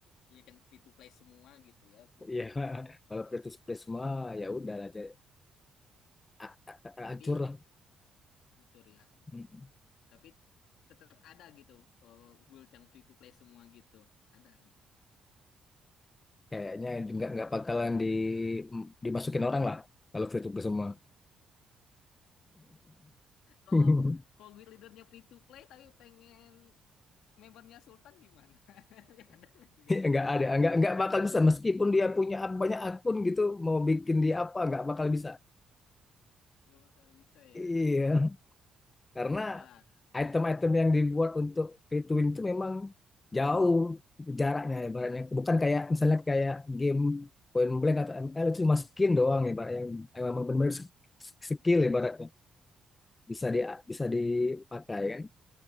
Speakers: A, on the left; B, on the left.
A: gulit yang free to play semua gitu ya free to
B: iya.
A: play
B: <laughs> Kalau Pritus Prisma ya udah aja a- a- a-
A: tapi
B: acur lah.
A: hancur ya
B: Mm-mm.
A: tapi tetap ada gitu eh, guild yang free to play semua gitu ada gitu
B: Kayaknya nggak nggak bakalan di dimasukin orang lah kalau Pritus Prisma.
A: kalau
B: <laughs>
A: kalau guild leadernya free to play tapi pengen membernya sultan gimana <laughs> ada nggak gitu
B: nggak ada, nggak nggak bakal bisa meskipun dia punya ap- banyak akun gitu mau bikin dia apa nggak bakal bisa.
A: nggak bakal bisa
B: Iya,
A: ya Hmm.
B: karena
A: wah
B: item-item yang dibuat untuk pay to win itu memang jauh jaraknya ibaratnya. Bukan kayak misalnya kayak game Point Blank atau ML itu cuma skin doang ibaratnya yang yang memang benar-benar sk- skill ibaratnya bisa di bisa dipakai kan.